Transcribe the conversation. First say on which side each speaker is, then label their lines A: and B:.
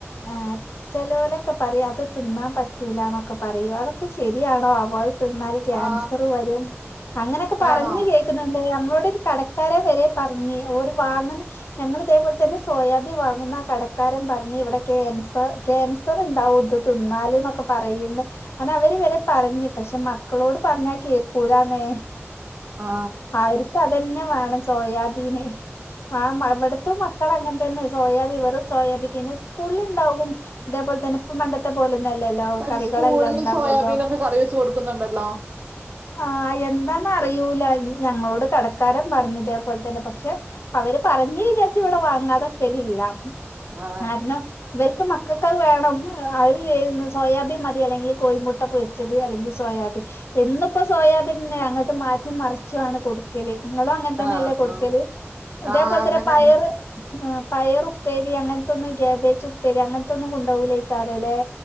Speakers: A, on the left; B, on the right.
A: ഏഹ് ചെലോലൊക്കെ പറയും അത് തിന്നാൻ പറ്റൂലന്നൊക്കെ പറയൂ അതൊക്കെ ശെരിയാണോ ആവോ തിന്നാല് ക്ൻസർ
B: ആ
A: വരും അങ്ങനെക്കെ പറഞ്ഞ്
B: ആണോ
A: കേക്ക് <unintelligible> നമ്മളോടൊ ഒരു കടക്കാരൻ വരെ പർഞ്ഞ് ഓര് വാങ്ങ്ന്ന് ഞങ്ങൾ ഇതേപോലെ തന്നെ സോയാബിൻ വാങ്ങുന്ന ആ കടക്കാരൻ പറഞ്ഞ് ഇവിടെ കേൻസർ കേൻ സറുണ്ടാവും ഇത് തിന്നാല്ന്നൊക്കെ പറയ്ണ്ടേ അന്ന അവര് വരെ പറഞ്ഞ് പക്ഷെ മക്കളോട് പർഞ്ഞ കേക്കൂലാന്നേ
B: ആ
A: ആര് അതന്നെ വേണം സോയാബീന് ആ ഇവട്ത്തും മക് <unintelligible> അങ്ങൻതന്നെ സോയാബി വെറും സോയാബി പിന്നെ സ്കൂള്ല് ഇണ്ടാകും അതേപോലെ തന്നെ ഇപ്പ പണ്ടത്തെ പോലൊന്നല്ലല്ലോ
B: പക്ഷെ
A: കറികളെല്ലാം
B: സ്കൂളിലും
A: ഇണ്ടാവല്ലോ
B: സോയാബീനൊക്കെ കറി വെച്ച് കൊടുക്കുന്നുണ്ടല്ലോ
A: ആഹ് എന്താന്ന അറിയിൂല ഞങ്ങളോട് കടക്കാരൻ പറഞ്ഞു ഇതേപോലെ തന്നെ പക്ഷെ അവര് പറഞ്ഞ് വിചാരിച്ച് ഇവിടെ വാങ്ങാതൊക്കെലില്ല
B: ആ
A: കാരണം വൽക്ക് മക്കക്ക് അത് വേണം ഏ അവര് സോയാബീൻ മതി അല്ലെങ്കിൽ കോഴിമുട്ട പൊരിച്ച ത് അല്ലെങ്കിൽ സോയാബിൻ എന്നുപ്പോ സോയാബിൻ ന്നെ അങ്ങോട്ട് മാറ്റി മറിച്ചുആണ് കൊടു ക്കെല് നിങ്ങളും അങ്ങനെ തന്നെയ
B: ആ
A: അല്ലേ കൊടുക്കല്
B: ആ
A: ഇതേപോലെ
B: ആ അങ്ങനെ
A: തന്ന പയറ്
B: തന്നെ
A: ആഹ് പയർ ഉപ്പേരി അങ്ങൻത്തൊന്നും കേബേജ് ഉപ്പേരി അങ്ങൻത്തൊന്നും കൊണ്ടോകൂലേകാരംല്ലേ